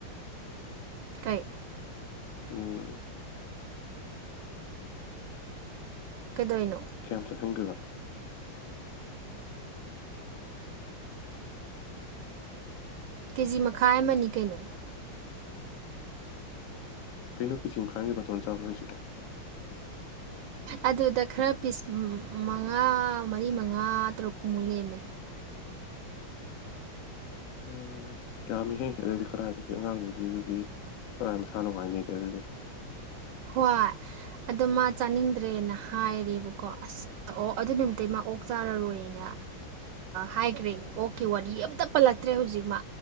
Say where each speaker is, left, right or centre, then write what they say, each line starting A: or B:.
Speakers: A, on the right; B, on the left.
A: ꯀꯩ
B: ꯑꯣ
A: ꯀꯩꯗꯣ ꯏꯅꯣ
B: ꯀꯦꯝꯇ ꯊꯦꯡꯈꯤꯕ <unintelligible>
A: ꯀꯦꯖꯤ ꯃꯈꯥꯏ ꯑꯃꯅꯤ ꯀꯩꯅꯣ
B: ꯀꯩꯅꯣ ꯀ ꯁꯤꯖꯤꯝ ꯈꯥꯒꯤ ꯇꯣꯟ ꯆꯥꯕꯜꯖꯕ <unintelligible>
A: ꯑꯗꯨꯗ ꯈꯔ ꯄꯤꯁ ꯃꯉꯥ ꯃꯔꯤ ꯃꯉꯥ ꯇꯔꯨꯛ ꯄꯨꯡꯃꯨꯛ ꯂꯦꯝꯃꯦ
B: ꯎꯝꯝ ꯌꯥꯝꯃꯤꯍꯩ ꯑꯗꯨꯗꯤ ꯀꯗꯥꯥꯏꯗꯒꯤ ꯑꯉꯥꯡꯗꯨꯗꯤ ꯑꯗꯨꯗꯤ ꯀꯔꯥꯏ ꯃꯁꯥ ꯅꯨꯡꯉꯥꯏꯅꯤꯒꯦ ꯑꯗꯨꯗꯤ
A: ꯍꯣꯏ ꯑꯗꯣ ꯃꯥ ꯆꯥꯅꯤꯡꯗ꯭ꯔꯦꯅ ꯍꯥꯏꯔꯦꯕꯀꯣ ꯑꯁ ꯑꯣ ꯑꯗꯨ ꯅꯨꯃꯤꯠꯇ ꯃꯥ ꯑꯣꯛ ꯆꯥꯔꯔꯣꯏꯅ ꯍꯥꯏꯈ꯭ꯔꯦ ꯑꯣꯛꯀꯤ ꯋꯥꯔꯤ ꯑꯝꯇ ꯄꯜꯂ ꯐꯠꯇ꯭ꯔꯦ ꯍꯧꯖꯤꯛ ꯃꯥ